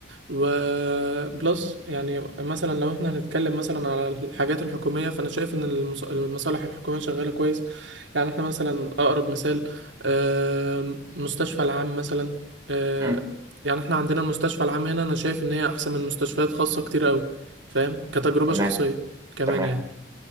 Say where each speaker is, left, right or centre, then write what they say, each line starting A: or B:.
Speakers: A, on the right; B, on the right.
A: وبلس يعني مثلا لو احنا هنتكلم مثلا على الحاجات الحكومية فانا شايف ان المص- المصالح الحكومية شغالة كويس يعني احنا مثلا اقرب مثال آم، مستشفى العام مثلا آه،
B: إمم،
A: يعني احنا عندنا المستشفى العام هنا انا شايف ان هي احسن من مستشفيات خاصة كتير قوي فاهم كتجربة
B: تمام،
A: شخصية كمان
B: تمام،
A: يعني